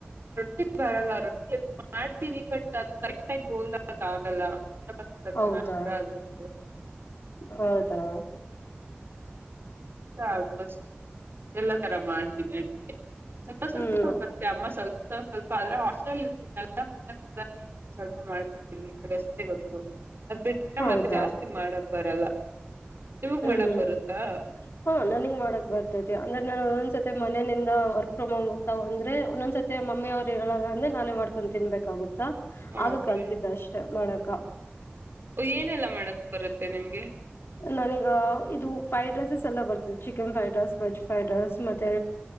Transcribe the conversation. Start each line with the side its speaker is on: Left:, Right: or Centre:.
Right: ರೊಟ್ಟಿ ಬರಲ್ಲ ರೊಟ್ಟಿ ಅದು ಮಾಡ್ತೀನಿ ಬಟ್ ಅದು ಕರೆಕ್ಟ್ ಗೋಲ್ ಆಗಿ ಆಗಲ್ಲ. ಇಂಡಿಯ ಪಾಕಿಸ್ತಾನ್
Left: ಹೌದಾ
Right: ಮ್ಯಾಪ್ ತರ ಆಗುತ್ತೆ.
Left: ಹೌದಾ.
Right: ಆಮೋಸ್ಟ್ ಎಲ್ಲ ತರ ಮಾಡ್ತೀನಿ ಅಡ್ಗೆ ಸ್ವಲ್ಪ ಸ್ವಲ್ಪ
Left: ಹ್ಮ್
Right: ಬರ್ ಅಮ್ಮ ಸ್ವಲ್ಪ ಸ್ವಲ್ಪ ಆದ್ರೆ ಹಾಸ್ಟೆಲ್ ಇರ್ತನಲ್ಲ ಮನೆಗ್ ಹೋದಾಗ ಹೇಳ್ ಸ್ವಲ್ಪ ಮಾಡ್ತಿನಿ ಅದಷ್ಟೇ ಗೊತ್ತು ಅದ್ ಬಿಟ್ಟ
Left: ಹೌದಾ
Right: ಮತ್ತೆ ಜಾಸ್ತಿ ಮಾಡಕ್ ಬರಲ್ಲ ನಿಮಗ್
Left: ಹ್ಮ್
Right: ಮಾಡಕ್ ಬರುತ್ತಾ.
Left: ಹಾ ನನಗ್ ಮಾಡಕ್ ಬರ್ತೈತಿ ಅಂದ್ರೆ ನಾನು ಒಂದದಸತಿ ಮನ ನಿಂದ ವರ್ಕ್ ಫ್ರಮ್ ಹೋಮು. ಅ ಅಂದ್ರೆ ಒಂದೊಂದ್ಸ ಸತಿ ಮಮ್ಮಿ ಅವರು ಇರೋ ಅಂದ್ರೆ ನಾನೇ ಮಾಡ್ಕೊಂಡು ತಿನ್ಬೇಕಾಗುತ್ತಾ. ಆಗ
Right: ಓಕೆ
Left: ಕಲ್ತಿದ್ದ ಅಷ್ಟೆ ಮಾಡಕ.
Right: ಏನೆಲ್ಲಾ ಮಾಡಕ್ ಬರುತ್ತೆ ನಿಮ್ಗೆ.
Left: ನನ ಈ ಇದು ಫ್ರೈಡ್ ರೈಸಸ್ ಎಲ್ಲ ಬರ್ತದೆ chicken fried rice veg fried rice ಮತ್ತೆ.